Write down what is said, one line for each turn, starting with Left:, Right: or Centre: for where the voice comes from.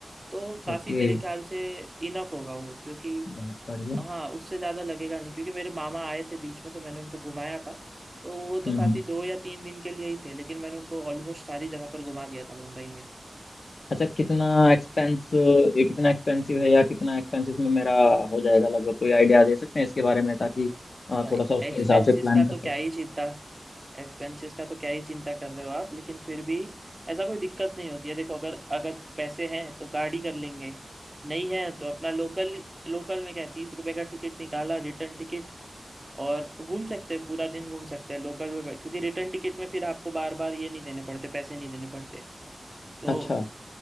Right: तो काफी
Left: ओके
Right: मेरे ख्याल से इनफ होगा वो क्योंकि
Left: बहुत बढ़िया
Right: हाँ उससे ज्यादा लगेगा नहीं क्योंकि मेरे मामा आए थे बीच में तो मैंने उनको घुमाया था तो वो तो
Left: हम्म
Right: काफी
Left: हम्म।
Right: दो या तीन दिन के लिए ही थे लेकिन मैंने उनको ऑलमोस्ट सारी जगह पर घुमा दिया था मुंबई में
Left: अच्छा कितना एक्सपेंस
Right: हम्म
Left: ये कितना एक्सपेंसिव है या कितना एक्सपेंस इसमें मेरा हो जाएगा लगभग कोई आइडिया दे सकते हैं इसके बारे में ताकि अ,
Right: भाई
Left: थोड़ा सा उसके
Right: एक्सपेंसेस
Left: हिसाब से प्लान
Right: का
Left: कर
Right: तो
Left: सकते
Right: क्या ही चिंता एक्सपेंसेस का तो क्या ही चिंता कर रहे हो आप लेकिन फिर भी ऐसा कोई दिक्कत नहीं होती है देखो अगर अगर पैसे हैं तो गाड़ी कर लेंगे नहीं है तो अपना लोकल लोकल में क्या है तीस रुपए का टिकट निकाला रिटर्न टिकट और घूम सकते हैं पूरा दिन घूम सकते हैं लोकल में बैठ- क्योंकि रिटर्न टिकट में फिर आपको बार बार ये नहीं देने पड़ते पैसे नहीं देने पड़ते तो
Left: अच्छा